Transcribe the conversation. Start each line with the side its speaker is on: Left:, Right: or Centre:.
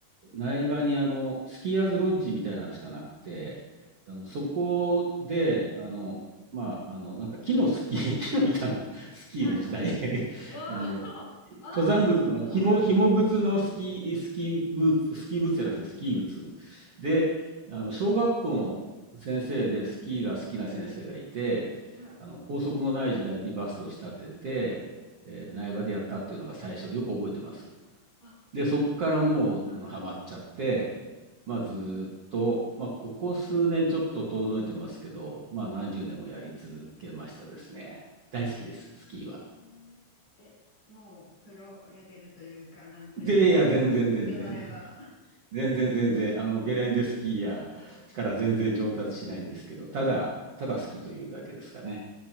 Right: 苗場に、あの、スキーヤーズロッジみたいなのしかなくて、あの、そこで、あの、まあ、あの、なんか木のスキー、<laughs> 木の板のスキーの時代
Left: はいはい。
Right: <laughs>
Left: あ
Right: あの、
Left: あ、あ
Right: 登山靴の、
Left: あ、なるほど。
Right: 紐、紐靴のスキー、スキーブーツ、スキーブーツじゃなくてスキー靴。で、あの、小学校の先生でスキーが好きな先生がいて、
Left: はい。
Right: あの、高速もない時代にバスを仕立てて、えー苗場でやったっていうのが最初でよく覚えてます。
Left: あ、
Right: で、そっからもう、
Left: はい。
Right: あの、ハマっちゃって、まあ、ずーっと、まあ、ここ数年ちょっと遠のいてますけど、まあ、何十年もやり続けましたですね。大好きです、
Left: えーえ、
Right: スキーは。
Left: もうプロレベルというか、なんというか
Right: で、いや、全然全然。
Left: 腕前は。
Right: 全然全然、あの、ゲレンデスキーヤーから全然上達しないんですけど、ただ、ただ好きというだけですかね。